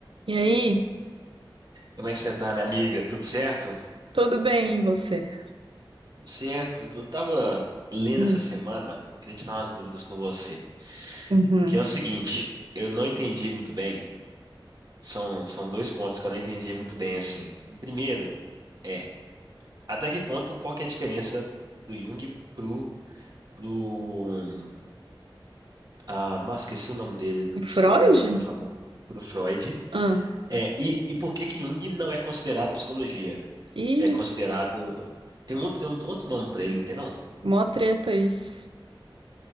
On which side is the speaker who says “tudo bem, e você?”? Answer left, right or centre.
Right